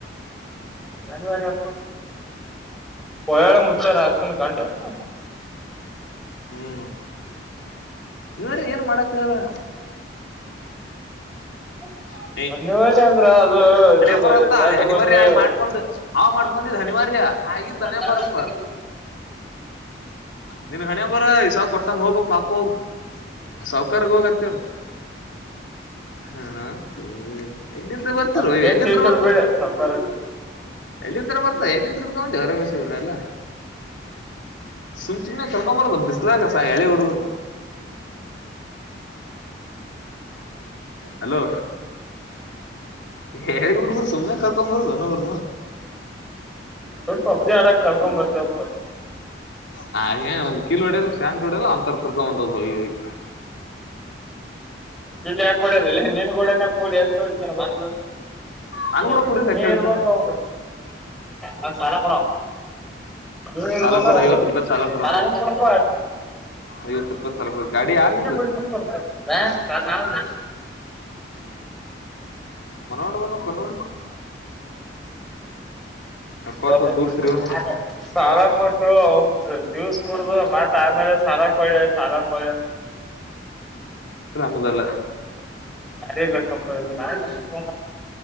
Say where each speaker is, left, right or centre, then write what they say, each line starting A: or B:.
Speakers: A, in the centre; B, on the left (about 80°).
A: ಅನಿವಾರ್ಯ ಕೊಯಳ ಮುುತ್ತರ ಹಾಕ್ಕನ್ ಕಂಡನ್ ಹ್ಮ
B: ಹ್ಮ್ ಇವೇ್ರ ಏನ್ ಮಾಡಕ್ಕದ
A: ಹ
B: ಹ
A: ಮಣಿವಳ್ಳ ಅಂದ್ರ ಅದು ಇ
B: ಬರತ್ತ
A: ಬೇರೆ ದಾಂಡ
B: ಅದ್ ಅನಿವಾರ್ಯ
A: ಬಂದು
B: ಆಗಿ ಮಾಡ್ಕೊಂಡ್ ಅವ
A: ಅಮ್ಮ
B: ಮಾಡ್ಕೊಂಡಿದ್ ಅನಿವಾರ್ಯ ಆಗಿದ್ದ್ ಹಣೆ
A: ಕಳತ
B: ಬರಪ್ಪ ನಿನ್ ಹಣಿ ಬರ ಈಸ ಕೊಟ್ಟನ್ ಹೋಗ ಪಾಕ್ ಹೋಗು. ಸೌಕಾರರ್ಗ ಹೋಗತ್ತ ಹ ಹ್ಮ್ ಎಲ್ಲಿಂಂತ ಬರ್ತಿರ
A: ಅದು ಕೆಟ್ಟ
B: ಎಲ್ಲಿಂತ್ರ
A: ಐತದ
B: ಬರ್ತ
A: ಬಿಡ ಸರ್ಕಾರ
B: ಎಲ್ಲಿನ್ ತರ ಬರ್ತ ಎಲ್ಲಿಂದ ತಿುಡ್ಕೊಂದೆ ಹೊರಮೇಶ್ವ್ರ ಅಲ್ಲ ಸುಮ್ ಚುಮನೆ ಕರ್ಕೊ ಬರದು ಬಿಸಲಾಗ ಹ ಎಳೆ ಹಡುಗರು ಹಲೋ ಹ ಹೇಳಿ ಉಡ್ಬರು ಸುಮ್ನೆ ಕರ್ಕೊಂಬರದು ನೋರ್ನು
A: ಸ್ವಲ್ಪ ಪಬ್ಜಿ ಆಡಾಕ್ ಕರ್ಕೊನ್ಡ್ ಬರ್ತೇವ ಅಪ್ಪ
B: ಹ ಏನ್ ಒಂದ ಕೀಲ ಹೊಡಿಯಲ್ಲ ಶಾಟ್ ಹೊಡಿಯಲ್ಲ ಒಂತರ ಕರ್ಕೊಂಬಂತದ ಹೋಗಿ ಹೋಗಿ
A: ಇಲ್ಲ ಯಾ ಕೊಡಲ್ಲ ನಿನ್ ಕೂಡ ಕೊಡಿ ಹತ್ತ ಹೊಡಿಕನ ಬರ್
B: ನಾನ್
A: ನೀ
B: ಕೂಡ ಕುಡಿದ್ರೆ
A: ನೀ
B: ಎತ್ತೆ ಹೊಡಿತಾನ
A: ಇರುವಕಂಗ
B: ಅವ.
A: ಹಾ ಸಾಲಾಪುರ ನೀನ್ ಇಡ್ಬೇಕ
B: ಸಾಲ ಕೊಡು ಐವತ್ ರೂಪಾಯಿ ಸಾಲ ಕೊಡು ಅವ್ನ್. ಐವತ್ ರೂಪಾಯಿ ಸಾಲ ಕೊಡು ಗಾಡಿ ಯಾರ್ದಿದು
A: ಚ ನ ನಾನ
B: ಮನೋಣ್ಣದನ ಕನ್ನೋಡಿ ನಕ್ಕೋತ
A: ತ
B: ದೂರ್ ಸಿರಿವ ನೀನು
A: ಸಾಲ ಕೊಟ್ಟು ಜ್ಯೂಸ್ ಕುಡ್ದು ಮತ್ತ ಆಮೇಲೆ ಸಾರಾ ಕಳ ಸಾರಾ ಕ
B: ಮುದಲ
A: ಯಾರಗಕ್ಕದು